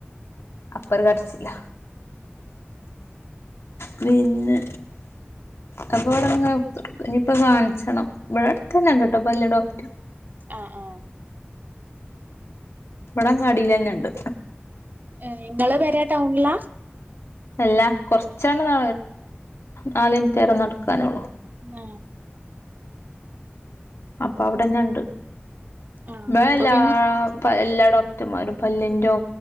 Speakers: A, on the left; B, on the right.
A: അപ്പര് കടിച്ചില്ല പിന്നെ അപ്പൊ ഇവിടെ നി ഇനിയിപ്പൊ കാണിച്ചണം ഇവിടെ അടുത്ത് തന്നെ ഇണ്ട് കേട്ടോ പല് ഡോക്റ്റ
B: ആഹ് ആഹ്
A: ഇവിടങ്ങാടിൽന്നെ ഉണ്ട്
B: നിങ്ങള് വരാ ടൗണിലാ
A: അല്ല കുറച്ചോണം ന നാലിനത്തരെ നടക്കാന ഉള്ളു
B: ആഹ
A: അപ്പൊ അവിടെന്നെ ഉണ്ട്
B: ആഹ്
A: വേല
B: അപ്പൊ പിന്നെ
A: എല്ലാ ഡോക്ടർമാരും പല്ലിറോ